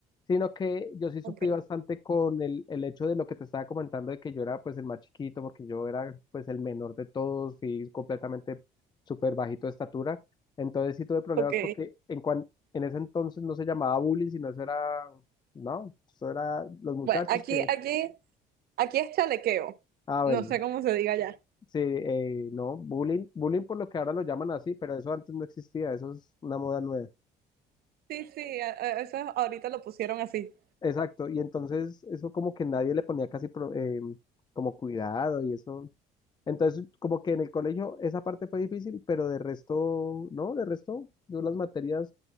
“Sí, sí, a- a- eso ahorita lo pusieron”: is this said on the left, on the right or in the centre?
Right